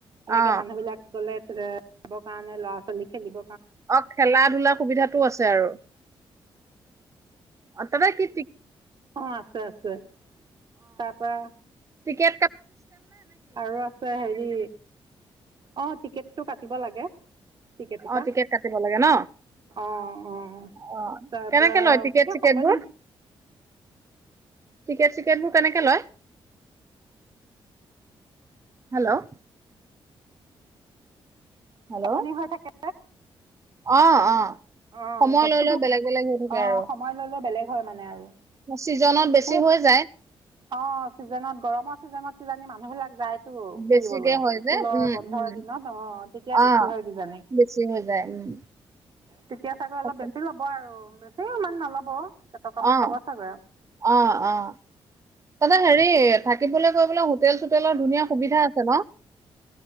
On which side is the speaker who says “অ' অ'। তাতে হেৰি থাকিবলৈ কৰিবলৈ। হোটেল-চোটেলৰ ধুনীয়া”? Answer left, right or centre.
Right